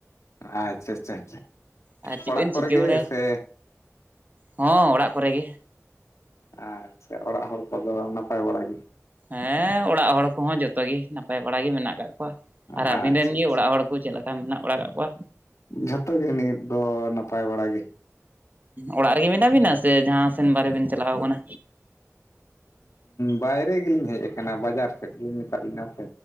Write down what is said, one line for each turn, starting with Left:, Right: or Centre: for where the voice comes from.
Left: ᱟᱪᱪᱷᱟ ᱟᱪᱪᱷᱟ ᱟᱪᱪᱷᱟ
Right: ᱟᱨ ᱪᱮᱫ
Left: ᱚᱲᱟᱜ
Right: ᱵᱮᱱ
Left: ᱠᱚᱨᱮ
Right: ᱪᱤᱠᱟᱹ
Left: ᱜᱮ
Right: ᱵᱟᱲᱟᱭᱟ
Left: ᱥᱮ
Right: ᱦᱚᱸ ᱚᱲᱟᱜ ᱠᱚᱨᱮ ᱜᱤ
Left: ᱟᱪᱪᱷᱟ ᱚᱲᱟᱜ ᱦᱚᱲ ᱠᱚᱫᱚ ᱱᱟᱯᱟᱭ ᱵᱟᱲᱟ ᱜᱮ
Right: ᱦᱮᱸ ᱚᱲᱟᱜ ᱦᱚᱲ ᱠᱚᱦᱚᱸ ᱡᱚᱛᱚ ᱜᱮ ᱱᱟᱯᱟᱭ ᱵᱟᱲᱟ ᱜᱮ ᱢᱮᱱᱟᱜ ᱠᱟᱜ ᱠᱚᱣᱟ
Left: ᱟᱪᱪᱷᱟ
Right: ᱟᱨ ᱟᱵᱤᱱ ᱨᱮᱱ ᱜᱮ
Left: ᱟᱪᱪᱷᱟ
Right: ᱚᱲᱟᱜ ᱦᱚᱲ ᱠᱚ ᱪᱮᱫ ᱞᱮᱠᱟ ᱢᱮᱱᱟᱜ ᱵᱟᱲᱟ ᱠᱟᱜ ᱠᱚᱣᱟ
Left: ᱡᱷᱚᱛᱚ ᱜᱮ ᱱᱤᱫ ᱫᱚ ᱱᱟᱯᱟᱭ ᱵᱟᱲᱟ ᱜᱮ᱾
Right: ᱚᱲᱟᱜ ᱨᱮᱜᱮ ᱢᱮᱱᱟᱜ ᱵᱤᱱᱟ ᱥᱮ ᱡᱟᱦᱟᱸ ᱥᱮᱱ ᱵᱟᱨᱮ ᱵᱮᱤᱱ ᱪᱟᱞᱟᱣ ᱠᱟᱱᱟ?
Left: ᱵᱟᱭᱨᱮ ᱜᱮᱞᱤᱧ ᱦᱮᱡ ᱠᱟᱱᱟ ᱵᱟᱡᱟᱨ ᱥᱮᱫ ᱞᱤᱧ ᱢᱮᱛᱟᱜ ᱵᱤᱱᱟ ᱥᱮ᱾